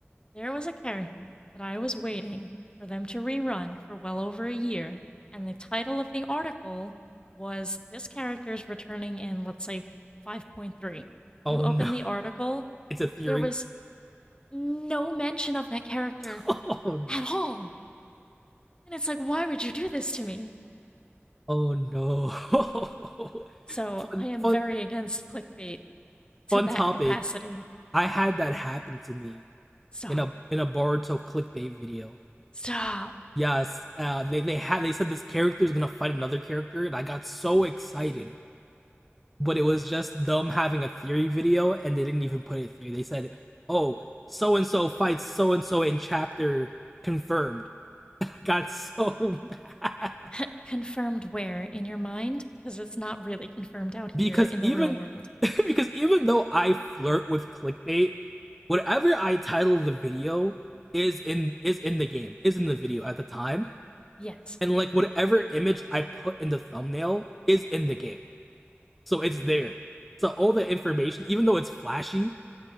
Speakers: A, on the left (about 20°); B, in the centre.
A: There was a character that I was waiting for them to rerun for well over a year, and the title of the article was This Character's returning in, let's say, 5.3.
B: Oh
A: You open
B: no.
A: the article,
B: It's a theory.
A: there was no mention of that character
B: <laughs> Oh
A: at
B: no.
A: all. And it's like, why would you do this to me?
B: Oh no. <laughs>
A: So
B: fun
A: I am
B: fun
A: very against clickbait to
B: fun
A: that
B: topic
A: capacity.
B: I had that happen to me
A: Stop.
B: in a in a Boruto clickbait video.
A: Stop.
B: Yes, uh, they they had they said this character is gonna fight another character, and I got so excited. But it was just them having a theory video, and they didn't even put it through. They said, "Oh, so and so fights so and so in chapter confirmed." <laughs> I got so <laughs> mad
A: <laughs> confirmed where in your mind? Because it's not really confirmed out
B: because
A: here in
B: even
A: the real world.
B: <laughs> because even though I flirt with clickbait, whatever I title the video is in is in the game is in the video at the time
A: Yes.
B: and like whatever image I put in the thumbnail is in the game. So it's there. So all the information, even though it's flashy,